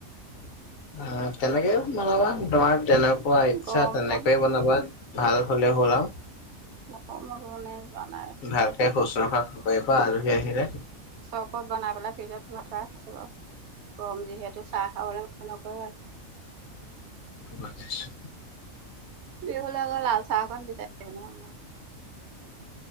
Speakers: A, on the left; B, on the right.
A: <inaudible> তেনেকে বনাবা তোমাৰ তেনেকুৱা ইচ্ছা
B: গৰমত
A: তেনেকৈয়ে বনাবা। ভাল হ'লে হ'ল আও।
B: গৰমত মানে যোৱা নাই
A: ভালকে শুশ ৰখা কৰিব আলহী আহিলে।
B: চপত বনাই পেলাই ফ্ৰিজত ভৰাই‌ পেলাই বাৰু গৰম যিহেতু চাহ খাবলৈ ম <unintelligible> নক
A: বুজিছো <unintelligible>
B: বিহুলৈ আকৌ লাল চাহখন বিচাৰনোৰ <unintelligible>